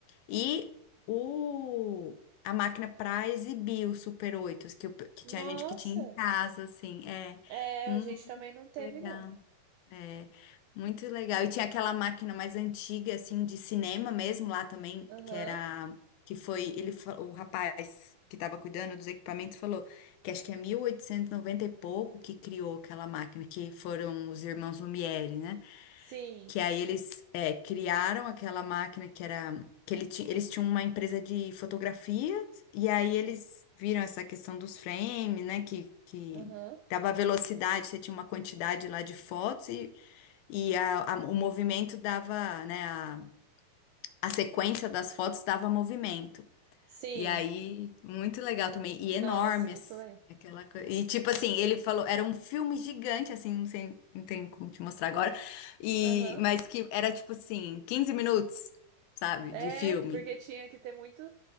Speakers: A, on the left (about 80°); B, on the right (about 80°).
A: e o, a máquina pra exibir o Super 8, que, eu- que
B: Nossa,
A: tinha gente que tinha em casa, assim, é.
B: É,
A: Hum,
B: a gente também não teve,
A: legal.
B: não.
A: É, muito legal. E tinha aquela máquina mais antiga, assim, de cinema mesmo lá também,
B: Aham.
A: que era, que foi, ele, fa- o rapaz que estava cuidando dos equipamentos falou que acho que é 1890 e noventa e pouco que criou aquela máquina, que foram os irmãos Lumière, né?
B: Sim.
A: Que aí eles, é, criaram aquela máquina que era, que ele ti- eles tinham uma empresa de fotografia, e aí eles viram essa questão dos frames, né? Que, que
B: Aham.
A: dava velocidade, você tinha uma quantidade lá de fotos e a- a- o movimento dava, né? A, a sequência das fotos dava movimento.
B: Sim.
A: E aí, muito legal também. E
B: Nossa,
A: enorme,
B: muito
A: assim,
B: legal.
A: aquela coisa. E tipo assim, ele falou, era um filme gigante, assim, não sei, não tem como te mostrar agora. E,
B: Aham.
A: mas que era tipo assim, quinze minutos, sabe,
B: É,
A: de filme.
B: porque tinha que ter muito,